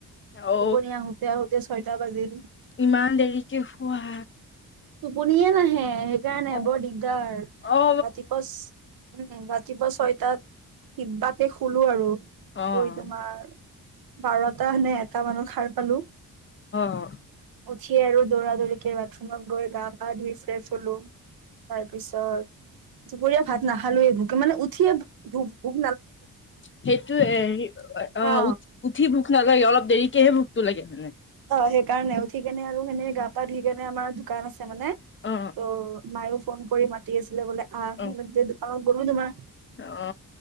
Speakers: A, on the left; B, on the right.
A: অ
B: দুপৰীয়া আহোতে আহোঁতে ছয়টা বাজিল
A: ইমান দেৰিকে শুৱা
B: টোপনিয়ে নাহে সেইকাৰণে
A: অ
B: বৰ দিগদাৰ
A: অ
B: ৰাতিপুৱা উম ৰাতিপুৱা ছয়টাত কিবাকে শুলো আৰু
A: অ
B: কৈ তোমাৰ বাৰটা নে এটা মানত সাৰ পালো
A: অ
B: উঠিয়ে আৰু দৌৰা দৌৰিকে বাথৰুমত গৈ গা পা ধুই ফ্ৰেচ হলো তাৰপিছত দুপৰীয়া ভাত নাখালোৱে ভোকে মানে উঠিয়ে ভ ভ
A: সেইটোৱেই
B: অ
A: উ উঠি ভোক নালাগে অলপ দেৰিকেহে ভোক <unintelligible> লাগে
B: অ সেইকাৰণে উঠি কেনে আৰু এনে গা পা ধুই কেনে আমাৰ দোকান আছে মানে ত
A: অ
B: মায়ও ফোন কৰি মাতি আছিলে বোলে আহ
A: অ
B: মানে দোকানত গ'লো তোমাৰ
A: অ